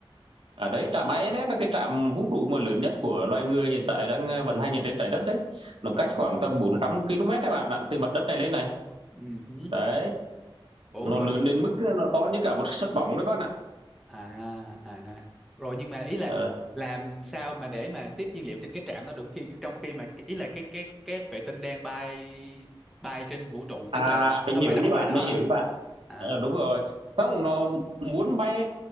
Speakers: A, on the right (about 70°); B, in the centre.
A: À đấy, trạm ISS là cái trạm vũ trụ mà lớn nhất của loài người hiện tại đang ờ, vận hành ở trên Trái Đất đấy. Nó
B: ừ,
A: cách khoảng tầm 400 km đấy bạn ạ, từ mặt đất này lên này.
B: ừ, hứ.
A: Đấy, nó
B: ủa rồi
A: lớn
B: nhưng
A: đến mức ờ, nó to như cả một <laughs> sân bóng đấy bạn ạ.
B: à à à. rồi nhưng mà ý là
A: Ờ,
B: làm sao mà để mà tiếp nhiên liệu trên cái trạm đó được khi trong khi mà ý là cái cái cái vệ tinh đang bay bay trên vũ trụ
A: À,
B: tức là
A: mình
B: nó
A: hiểu
B: phải đậu
A: ý bạn,
B: lại đó
A: mình
B: hả
A: hiểu ý bạn.
B: à
A: Ờ, đúng rồi. Không, nó muốn bay